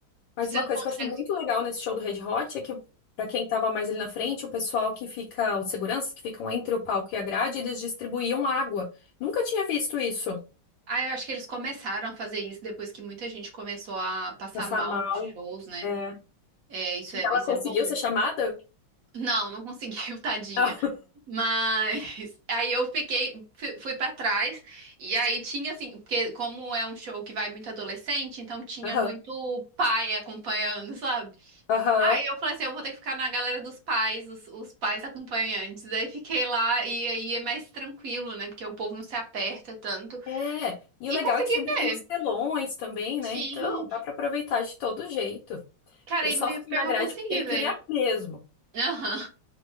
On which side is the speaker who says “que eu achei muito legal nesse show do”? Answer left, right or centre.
Left